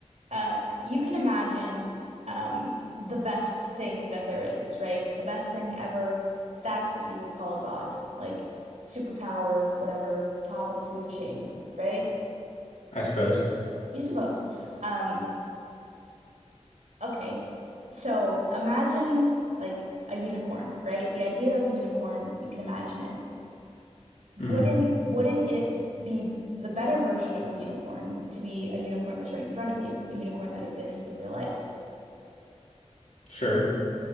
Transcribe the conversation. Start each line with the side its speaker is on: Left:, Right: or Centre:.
Right: Uh, you can imagine um, the best thing that there is, right? The best thing ever. That's what you would call God, like superpower, whatever, top of the food chain, right?
Left: I suppose.
Right: You suppose. Um, okay. So imagine like a unicorn, right? The idea of a unicorn, you can imagine it. Wouldn't
Left: hmm
Right: wouldn't it be the better version of a unicorn to be a unicorn that's right in front of you, a unicorn that exists in real life?
Left: Sure.